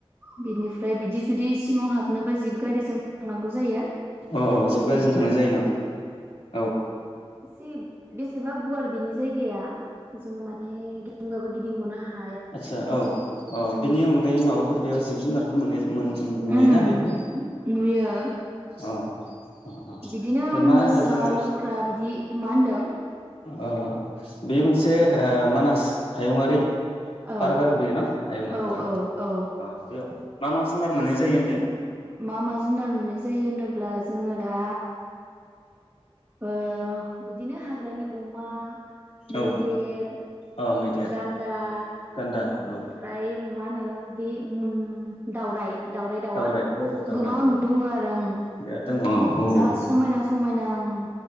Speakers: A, on the right; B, on the left.
A: बिनिफ्राय ओमफ्राय बिदि जुदि सिङाव हाबनोबा जिब गारिजों थांनांगौ जायो।
B: अ अ जिब गारिजों
A: बिदि
B: थांनाय जायो न औ
A: जि बेसेबा गुवार बेनि जायगाया जोङो माने गिदिंबाबो गिदिंग'नो हा
B: आतसा औ औ बिनि अनगायै माबाफोर बेयाव जिब-जुनारफोर मोन मोन नुयोना
A: उम
B: बेवहाय
A: नुयो
B: अ अ
A: बिदिनो
B: अ मा
A: मोसा,
B: जोङो
A: लख्रा बिदि मा होनदों?
B: ओ ओ बेयो मोनसे ओ मानास हायुंआारि
A: ओ
B: पार्क आरो बियो न? हायुंआरि
A: औ
B: पार्क
A: औ औ
B: ओ बेव मा मा जुनार मोननाय जायो होनदो?
A: मा मा जुनार नुनाय जा जायो होनोब्ला जोङो दा ओ बिदिनो हाग्रानि अमा मैदेर,
B: औ औ मैदेर
A: गान्दा
B: गान्दा
A: ओमफ्राय
B: औ
A: मा होनो बे उम दाउराइ, दाउराइ दाउवा
B: दावराय औ दावराय
A: गोबां
B: दावराय
A: दङ आरो आं
B: बिराद दङ औ औ
A: जा समायना समायना आं